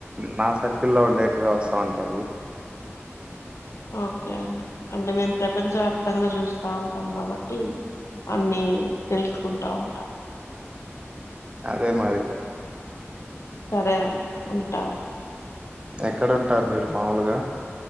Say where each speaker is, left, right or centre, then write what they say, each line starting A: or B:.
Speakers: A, on the right; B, on the left.
A: మ సర్కిల్లో ఉండేటివే వస్తా ఉంటాయ్
B: ఓకే అండి అంటే మేము ప్రపంచవ్యాప్తంగా చూస్తా ఉంటాం కాబట్టి అన్నిీ తెలుసుకుంటా ఉంటాము
A: అదే మారి
B: సరే అండి ఉంటాను
A: ఎక్కడ ఉంటారు మీరు మాముూలుగా